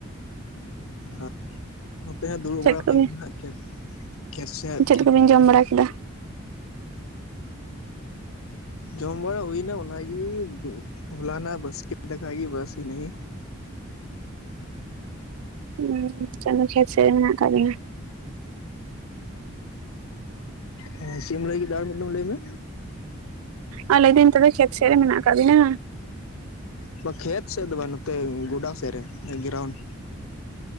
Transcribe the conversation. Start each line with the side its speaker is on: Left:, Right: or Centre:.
Left: ᱟᱨ ᱱᱚᱛᱮ ᱦᱚᱸ ᱫᱩᱲᱩᱵ
Right: ᱪᱮᱫ
Left: ᱵᱟᱲᱟ
Right: ᱠᱚᱵᱤᱱ
Left: ᱦᱩᱭ ᱢᱮᱱᱟᱜᱼᱟ <unintelligible>
Right: ᱪᱮᱫ ᱠᱚᱵᱤᱱ ᱡᱚᱢ ᱵᱟᱲᱟ ᱠᱮᱫᱟ
Left: ᱡᱚᱢ ᱵᱟᱲᱟ ᱦᱩᱭᱱᱟ ᱚᱱᱟᱜᱮ ᱦᱚᱞᱟᱱᱟᱜ ᱵᱟᱥᱠᱮ ᱫᱟᱠᱟ‌ ᱜᱮ ᱵᱟᱥ ᱤᱱᱟᱹᱜᱮ᱾
Right: ᱩᱸ ᱪᱟᱸᱫᱚ ᱠᱷᱮᱛ ᱥᱮᱫ ᱨᱮ ᱢᱮᱱᱟᱜ ᱟᱠᱟᱫ ᱞᱤᱧᱟ᱾
Left: ᱦᱩᱸ ᱪᱮᱫ ᱮᱢ ᱞᱟᱹᱭ ᱠᱮᱫᱟ ᱟᱨ ᱢᱤᱫ ᱫᱚᱢ ᱞᱟᱹᱭ ᱢᱮ᱾
Right: ᱟ ᱞᱟᱹᱭ ᱫᱟᱹᱧ ᱛᱚᱵᱮ ᱠᱷᱮᱛ ᱥᱮᱫ ᱨᱮ ᱢᱮᱱᱟᱜ ᱟᱠᱟᱫ ᱵᱤᱱᱟ᱾
Left: ᱵᱟ ᱠᱷᱮᱛ ᱥᱮᱫ ᱫᱚ ᱵᱟᱝ ᱱᱚᱛᱮ ᱜᱚᱰᱟ ᱥᱮᱫ ᱨᱮ ᱜᱨᱟᱣᱩᱱᱰ᱾